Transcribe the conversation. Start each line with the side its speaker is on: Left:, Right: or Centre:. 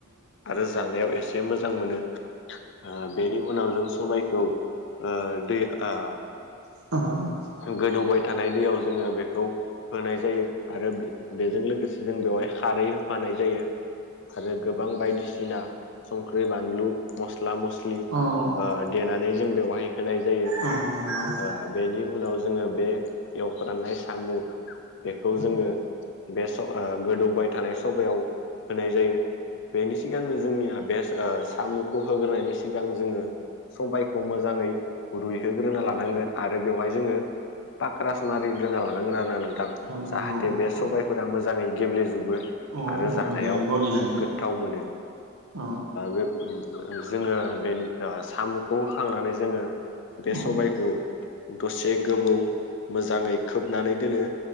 Left: आरो जानायाव एसे मोजां मोनो ओ बेनि उनाव जों सबायखौ दै आ
Right: <unintelligible>
Left: गोदौबाय थानाय दैयाव जोङो बेखौ होनाय जायो आरो बेजों लोगोसे जों बेवहाय खारै होफानाय जायो आरो गो बां बायदिसिना संख्रि बानलु मस्ला मस्लि
Right: औ नंगौ औ
Left: देनानै जों बेवहाय होनाय जायो।
Right: औ नोंगौ
Left: ओ बेनि उनाव जोङो बे फोराननाय सामु बेखौ जोङो
Right: औ
Left: बे गोदौबाय थानाय सबायाव होनाय जायो बेनि सिगांनो जोंनिया बे ओ साम'खौ होग्रनि सिगां जोङो सबायखौ मो जायै रुइहोग्रोना लानांगोन आरो बेवहाय जोङो पाक्रास मारिग्रोना लानांगोन आरोना नोंथां
Right: नंगौ
Left: जाहाथे बे
Right: औ
Left: सबायफोरा मोजाङै गेब्लेजोबो।
Right: औ
Left: आरो जानायाव
Right: मोजाङै गलिलाङो
Left: गोथाव मोनो
Right: औ
Left: बे जोङो बे साम'खौ होखांनानै जोङो बे
Right: नोंथां
Left: सबायखौ दसे गोबाव मोजाङै खोबनानै दोनो